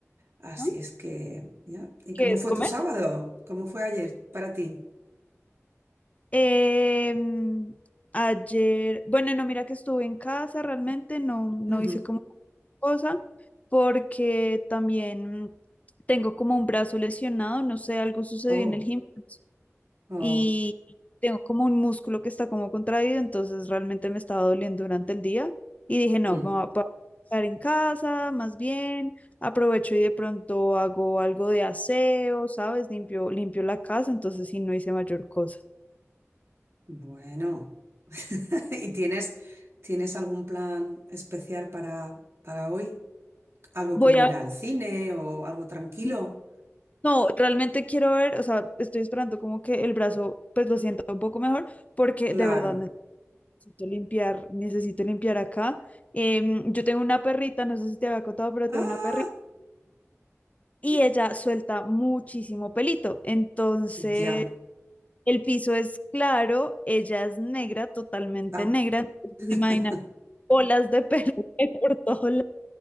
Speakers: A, on the right; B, on the left.
A: Así
B: ¿no?
A: es que, ya. ¿Y
B: ¿Qué
A: cómo
B: es
A: fue
B: comer?
A: tu sábado? ¿Cómo fue ayer para ti?
B: Em, ayer, bueno, no, mira que estuve en casa, realmente no, no
A: Ujú.
B: hice como cosa, porque también tengo como un brazo lesionado, no sé, algo sucedió
A: Oh,
B: en el gimnasio
A: oh.
B: y tengo como un músculo que está como contraído, entonces realmente me estaba doliendo durante el día y dije, no,
A: mm.
B: me voy a voy a estar en casa, más bien, aprovecho y de pronto hago algo de aseo, ¿sabes? Limpio, limpio la casa, entonces sí, no hice mayor cosa.
A: Bueno. <laughs> ¿Y tienes, tienes algún plan especial para, para hoy? ¿Algo
B: Voy
A: como ir
B: a
A: al cine o algo tranquilo?
B: ver. No, realmente quiero ver, o sea, estoy esperando como que el brazo pues lo sienta un poco mejor porque
A: Claro.
B: de verdad necesito limpiar, necesito limpiar acá. Em, yo tengo una perrita, no sé si te había contado, pero
A: Ah,
B: tengo una perrita y ella suelta muchísimo pelito. Entonces,
A: ya.
B: el piso es claro, ella es negra, totalmente
A: Ah.
B: negra, entonces
A: <laughs>
B: imaginar bolas de pelo <laughs> por todos